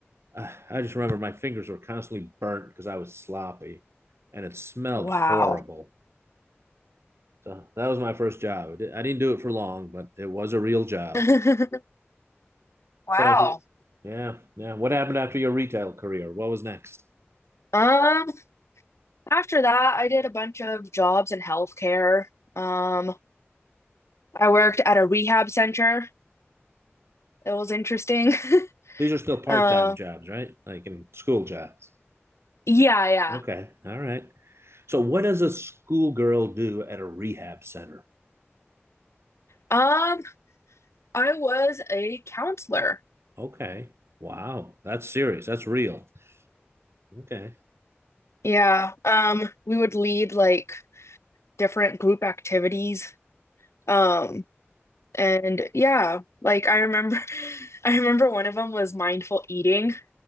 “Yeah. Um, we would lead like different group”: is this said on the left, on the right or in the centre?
Left